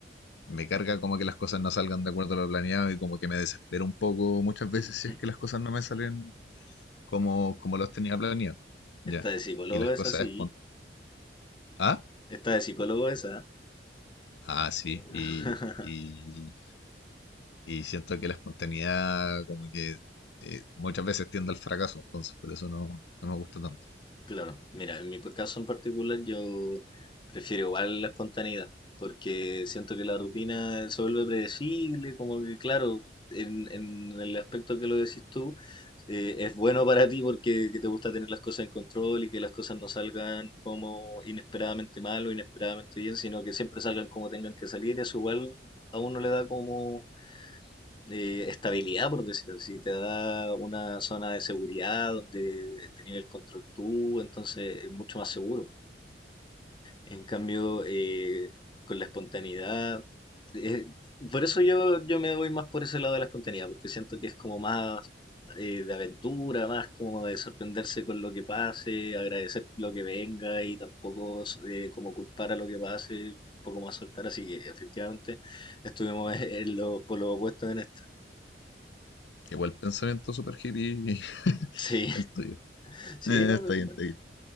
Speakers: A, on the left; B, on the left.
A: me carga como que las cosas no salgan de acuerdo a lo planeado y como que me desespero un poco muchas veces
B: <laughs>
A: si es que las cosas no me salen como, como los tenía planeado. Ya.
B: Esta de psicólogo
A: Y las
B: es
A: cosas
B: así.
A: espon- Ah,
B: Esta de psicólogo esa.
A: ah, sí.
B: <laughs>
A: Y, y, y siento que la espontaneidad como que eh, muchas veces tiende al fracaso, entonces por eso no, no me gusta tanto.
B: Claro, mira, en mi caso en particular yo prefiero igual la espontaneidad, porque siento que la rutina se vuelve predecible, como que claro, en, en el aspecto que lo decís tú, eh, es bueno para ti porque que te gusta tener las cosas en control y que las cosas no salgan como inesperadamente mal o inesperadamente bien, sino que siempre salgan como tengan que salir, eso igual a uno le da como eh, estabilidad, por decirlo así. Te da una zona de seguridad donde tenías el control tú, entonces es mucho más seguro. En cambio, eh, con la espontaneidad, eh, por eso yo, yo me voy más por ese lado de la espontaneidad, porque siento que es como más eh, de aventura, más como de sorprenderse con lo que pase, agradecer lo que venga y tampoco eh, como culpar a lo que pase, un poco más soltar. Así que efectivamente estuvimos <laughs> en los polos opuestos en esta.
A: Igual pensamiento super hippie <laughs>
B: Sí.
A: el tuyo.
B: Sí,
A: Eh,
B: no,
A: está
B: pero
A: bien,
B: bueno,
A: está bien.